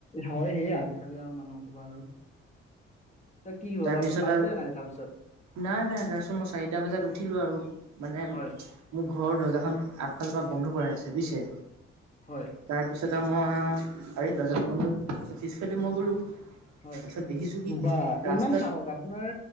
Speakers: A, on the left; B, on the right.
A: হয় সেই আজিকালি আৰু মানুহ কবা আৰু। এতিয়া কি হ'ল
B: তাৰপিছত
A: আপুনি পালে
B: আৰু
A: নে নাই তাৰপিছত
B: নাই নাই তাৰপিছত মই চাৰিটা বজাত উঠিলো আৰু মানে
A: হয়
B: মোৰ ঘৰৰ দৰ্জাখন আগফালৰ পৰা বন্ধ কৰাই আছে বুইছে।
A: হয়
B: তাৰপিছত ত মই আও দৰ্জা বন্ধৰ পিছফালে দি মই গ'লো।
A: হয়
B: তাৰপিছত দেখিছো কি
A: বা।
B: ৰাস্তাত
A: ইমান সাহস আপোনাৰ